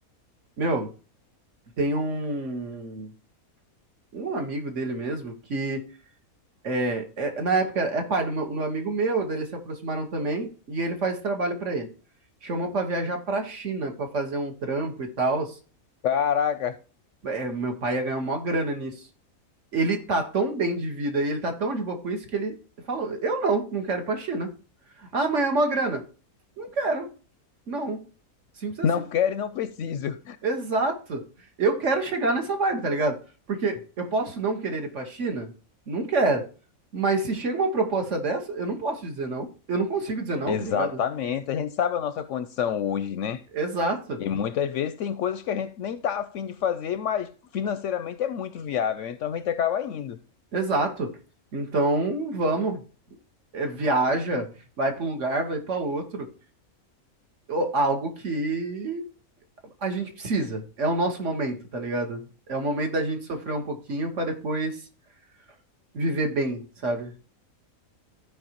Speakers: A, on the right; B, on the left.
A: Meu, tem um, um amigo dele mesmo que é, é- na época é pai do meu, do amigo meu, daí eles se aproximaram também e ele faz esse trabalho pra ele. Chamou pra viajar pra China pra fazer um trampo e tal.
B: Caraca,
A: É, meu pai ia ganhar uma grana nisso. Ele tá tão bem de vida e ele tá tão de boa com isso que ele falou: Eu não, não quero ir pra China. Ah, mas é uma grana. Não quero. Não. Simples assim.
B: não quero e não preciso.
A: Exato. Eu quero chegar nessa vibe, tá ligado? Porque eu posso não querer ir pra China? Não quero. Mas se chega uma proposta dessa, eu não posso dizer não. Eu não consigo dizer não,
B: Exatamente.
A: tá ligado?
B: A gente sabe a nossa condição hoje, né?
A: Exato.
B: E muitas vezes tem coisas que a gente nem tá afim de fazer, mas financeiramente é muito viável. Então a gente acaba indo.
A: Exato. Então, vamos. É, viaja, vai pra um lugar, vai pra outro. Ou Algo que a gente precisa. É o nosso momento, tá ligado? É o momento da gente sofrer um pouquinho pra depois viver bem, sabe?